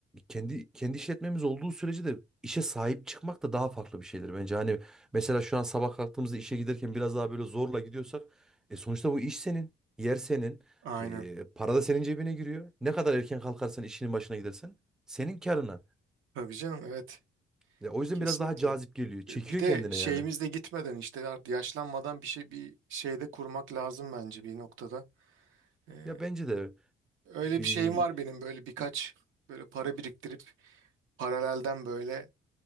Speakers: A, in the centre; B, on the right.
A: kendi kendi işletmemiz olduğu sürece de işe sahip çıkmak da daha farklı bir şeydir bence. Hani mesela şu an sabah kalktığımızda işe giderken biraz daha böyle zorla gidiyorsak e sonuçta bu iş senin, yer senin,
B: Aynen.
A: e, para da senin cebine giriyor. Ne kadar erken kalkarsan işinin başına gidersen senin karına.
B: Tabii canım evet
A: Ya o yüzden
B: kesinlikle.
A: biraz daha cazip geliyor. Çekiyor
B: Ee, Bir de
A: kendine
B: şeyimiz
A: yani.
B: de gitmeden işte artık yaşlanmadan bir şey bir şeyde kurmak lazım bence bir noktada. Ee,
A: Ya bence de
B: öyle
A: bir
B: bir şeyim var benim böyle birkaç böyle para biriktirip paralelden böyle